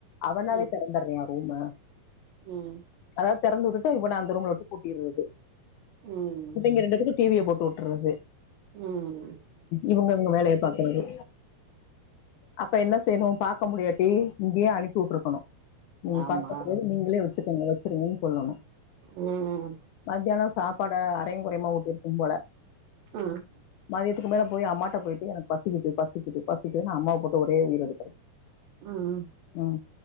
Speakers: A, on the left (about 75°); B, on the right (about 75°).
A: அவனாவே
B: ம்
A: தெறந்தடுறய்யா ரூம்ம
B: ம்
A: அதாவது திறந்து விட்டுட்டு இவன அந்த ரூம்ல விட்டு பூட்டியிருது
B: ம்
A: இதுங்க ரெண்டுத்துக்கு டி விய போட்டு விட்டுறது
B: ம்
A: இவுங்க இங்க வேலைய பாக்கறது அப்ப என்ன செய்யணு பாக்க முடியாட்டி இங்கயே அனுப்பி உட்டுருக்கணு எங்க
B: ஆமா
A: பார்க்கத் தெரியாது நீங்களே வச்சிக்கோங்க வச்சிருங்கன்னு சொல்லணு
B: ம்
A: மதியானோ சாப்பாட அரையு குறையுமா ஊட்டிருக்கும் போல
B: ம் ம்
A: மதியத்துக்கு மேல போய் அம்மாட்ட போயிட்டு எனக்கு பசிக்கிது பசிக்கிது பசிக்கிதுனு அம்மாவ போட்டு ஒரே உயிர் எடுக்கருது
B: ம் ம்
A: ம்